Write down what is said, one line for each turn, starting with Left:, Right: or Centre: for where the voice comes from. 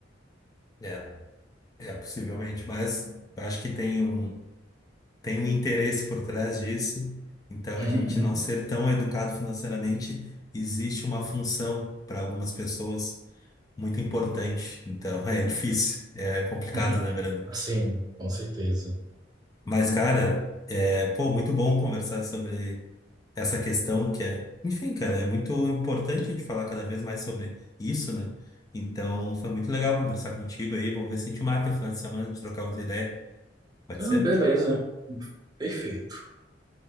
Left: É. É, possivelmente, mas eu acho que tem um, tem um interesse por trás disso. Então,
Right: Uhum.
Left: a gente não ser tão educado financeiramente, existe uma função para algumas pessoas muito importante. Então, <laughs> é difícil, é complicado,
Right: <laughs>
Left: né, Brando?
Right: Sim, com certeza.
Left: Mas, cara, é, pô, muito bom conversar sobre essa questão que é, enfim, cara, é muito importante a gente falar cada vez mais sobre isso, né? Então, foi muito legal conversar contigo aí. Vamos ver se a gente marca o final de semana de trocar outra ideia. Pode
Right: Ah,
Left: ser?
Right: beleza, perfeito.